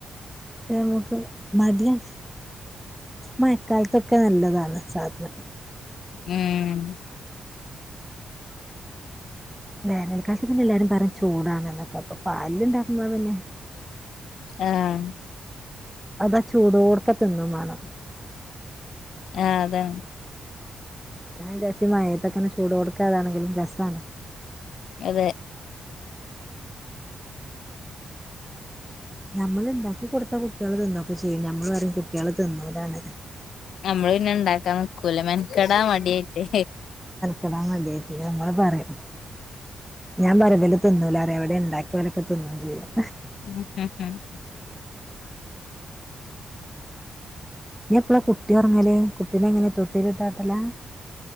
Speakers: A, in the centre; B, on the left.
A: പെന്നെ നമുക്ക് മടിയാണ് മഴക്കാലത്തൊക്കെ നല്ലതാണ് സാധനം
B: മ്മ്
A: വേനൽ കാലത്ത് പിന്നെ എല്ലാരും പറയും ചൂടാണെന്നൊക്കെ അപ്പൊ പാലി ലുണ്ടാക്കുന്നന്നെ
B: ആഹ്
A: അതാ ചൂടോടുക്ക തിന്നോവേണം
B: ആ അതാണ്
A: ഞാൻ വിചാരിച്ചെ മഴത്തൊക്കെ ചൂടോടെക്കെ അതാണെങ്കിലും രസാണ്
B: അതെ
A: നമ്മളിണ്ടാക്കി കൊടുത്താ കുട്ടികള് തിന്നൊക്കെചെയ്യും ഞമ്മള് പറയും കുട്ടികള് തിന്നുലാന്ന്
B: നമ്മള് പിന്നെ ഇണ്ടാക്കാൻ നിക്കൂല മെനക്കെടാൻ മടിയായിട്ടേ
A: <unintelligible> പിന്നെ ഞമ്മള് പറയും ഞാൻപറയും ഇവല് തിന്നൂലാന്ന് ഇവിടെ ഉണ്ടാക്കിയോലൊക്കെ തിന്നോംചെയ്യും
B: <unintelligible>
A: ഞിയെപ്പളാ കുട്ടിഒറങ്ങല് കുട്ടിനെങ്ങനാ തൊട്ടിലിട്ടാട്ടലാ